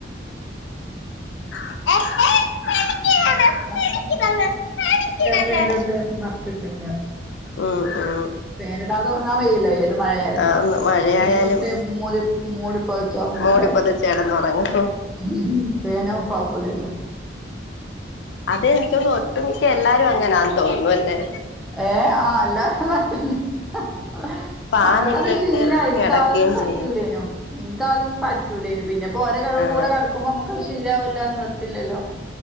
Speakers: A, in the centre; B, on the left.
A: ഉം.
B: അതെല്ലാം
A: ഞാൻന്ന് ചെയ്യാൻ നോക്കീട്ടന്നെല്ലാ ഇന്നലത്തെക്കെ ഫാന്റോട്ടില് മറിച്ചിട്ട്ണ്ട്
B: ആഹ് ആഹ്
A: ഫാൻ ഇടാത ഉറങ്ങാൻ വയ്യല്ലോ ഏത് മഴയായാലും
B: ആന്ന് മഴയായാലും
A: ഫേന് ഇട്ട് മൂടി മൂടിപ്പോ ചോറ് ഉണ്ണണ്ടേ
B: മൂടിപ്പൊതച്ചെടന്നൊറങ്ങും
A: <unintelligible> ഫേന് ഓഫാക്കൂലല്ലോ
B: അതെ എനിക്കൊന്ന് ഒട്ടുമിക്ക എല്ലാരും അങ്ങനാന്ന് തോന്ന്നുല്ലേ
A: ഏഹ് ആഹ് എല്ലാവരും <unintelligible>
B: ഫാനിട്ടിട്ട്
A: നമ്മക്കത് ശീലായി
B: കെടക്കേം
A: ക്ക അതൊന്നും പറ്റൂലയിനോ
B: ചെയ്യും
A: എൻക്ക് ആദ്യോന്നും പറ്റൂലയിന് പിന്നെ ഇപ്പോ ഓരോ
B: ആഹ്
A: കൂടെ കട ക്കുമ്പമ്മക്കവ് ശീലാവല്ലാ നിവർത്തില്ലല്ലോ